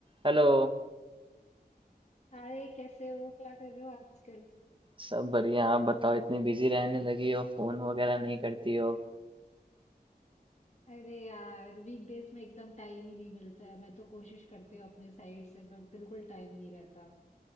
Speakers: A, on the right; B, on the left.
A: Hello
B: हाय कैसे हो क्या कर रहे हो आजकल
A: सब बढ़िया आप बताओ इतनी बिजी रहने लगी हो फोन वगैरह नहीं करती हो
B: अरे यार वीकडेज में एकदम टाइम ही नहीं मिलता है मैं तो कोशिश करती हूँ अपने साइड से बट बिल्कुल टाइम नहीं रहता